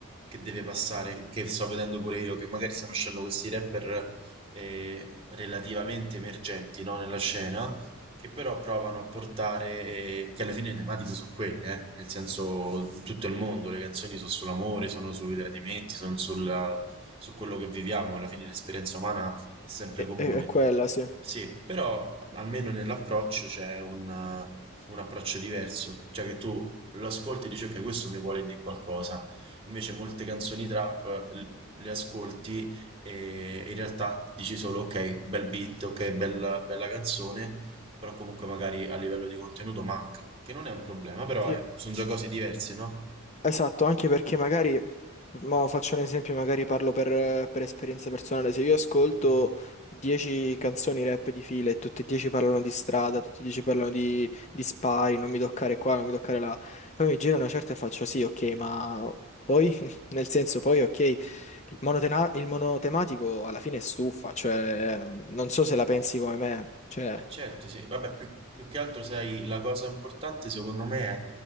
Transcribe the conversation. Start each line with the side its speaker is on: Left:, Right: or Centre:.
Right: che deve passare, che sto vedendo pure io, che magari stanno uscendo questi rapper eh, relativamente emergenti, no, nella scena, che però provano a portare, eh, che alla fine le tematiche sono quelle, eh, nel senso in tutto il mondo, le canzoni sono sull'amore, sono sui tradimenti, sono sulla- su quello che viviamo, alla fine l'esperienza umana è sempre
Left: è,
Right: comune.
Left: è- è quella, sì.
Right: Sì, però almeno nell'approccio c'è un, eh, un approccio diverso, cioè che tu lo ascolti e dici ok, questo mi vuole dire qualcosa, invece molte canzoni trap eh, le ascolti e in realtà dici solo ok, bel beat, ok, bella, bella canzone, però comunque magari a livello di contenuto manca, che non è un problema, però
Left: Sì.
Right: sono già cose diverse, no?
Left: Esatto, anche perché magari, mo faccio un esempio, magari parlo per, per esperienza personale, se io ascolto
Right: Mhm,
Left: 10 canzoni rap di fila e tutte e 10 parlano di strada, tutte e 10 parlano di, di spari, non mi toccare qua, non mi toccare là, poi mi giro una certa e faccio sì, ok, ma poi, <laughs> nel senso, poi ok, il
Right: mhm.
Left: monotena- il monotematico alla fine è stufa, cioè non so se la pensi come me, cioè,
Right: Eh certo, sì, vabbè, più, più che altro, sai, la cosa importante secondo me è